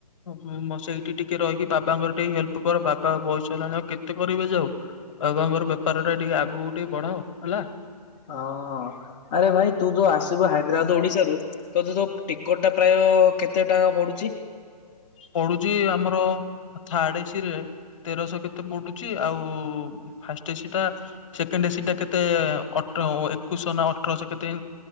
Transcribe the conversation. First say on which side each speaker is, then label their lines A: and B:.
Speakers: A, on the left (about 50°); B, on the left (about 15°).
A: ହ ମ ସେଇଠି ଟିକେ ରହିକି ବାବାଙ୍କର ଟିକେ ହେଲ୍ପ କର ବାବା ବୟସ ହେଲାଣି ଆଉ କେତେ କରିବେ ଯେ ଆଉ। ବାବାଙ୍କର ବେପାର ଟା ଟିକେ ଆଗକୁ ଟିକେ ବଢାଅ ହେଲା।
B: ହଁ ଆରେ ଭାଇ ତୁ ଯୋଉ ଆସିବୁ ହାଇଦ୍ରାବାଦ ଓଡିଶାରୁ ତତେ ଯୋଉ ଟିକଟ ଟା ପ୍ରାୟ କେତେ ଟଙ୍କା ପଡୁଚି?
A: ପଡୁଚି ଆମର ଥାର୍ଡ ଏସି ରେ। ତେରଶହ କେତେ ପଡୁଚି, ଆଉ ଫାଷ୍ଟ ଏସି ଟା ସେକେଣ୍ଡ ଏସି ଟା କେତେ ଅ ଏକୋଇଶହ ନା ଅଠରଶହ କେତେ